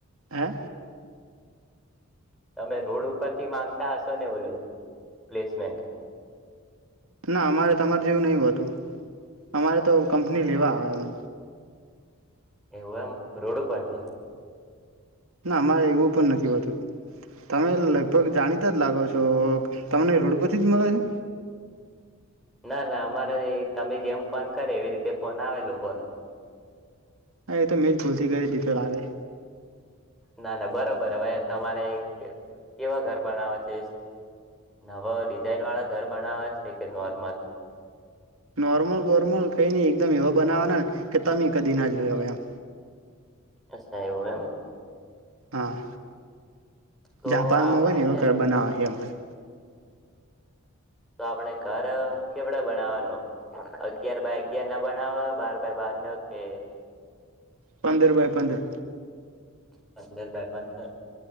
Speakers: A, on the right; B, in the centre.
A: હે?
B: તમે રોડ ઉપરથી માંગતા હશો ને ઓલું પ્લેસમેન્ટ.
A: ના અમારે તમારે જેવું નહિ હોતું અમારે તો કંપની લેવા આવે અમે
B: એવું એમ રોડ ઉપરથી?
A: ના મારે એવું પણ નથી હોતું. તમે લગભગ જાણીતા જ લાગો છો તમને રોડ પરથી જ મળે છે?
B: ના ના અમારે તમે જેમ ફોન કરે એવી રીતે ફોન આવે લોકોના.
A: હા એ તો મેં જ ભૂલથી કરી દીધો લાગે.
B: ના ના બરોબર હવે તમારે કેવા ઘર બનાવા છે નવ ડિઝાઇન વાળા ઘર બનાવા છે કે નોર્મલ?
A: નોર્મલ વોર્મલ કઈ ન એકમ એવા બનાવાના ને કે તમે કદી ના જોયો હ એમ.
B: અચછા એવું એમ?
A: હા.
B: તો
A: જાપાનમાં
B: આપણે
A: હોય ને એવ
B: છે
A: ઘર બનાવા છે અમારે.
B: તો આપણે ઘર કેવડા બનાવાનું અગિયાર બાય અગિયાર ના બનાવવા બાર બાય બાર ના કે
A: પંદર બાય પંદર.
B: પંદર બાય પંદર?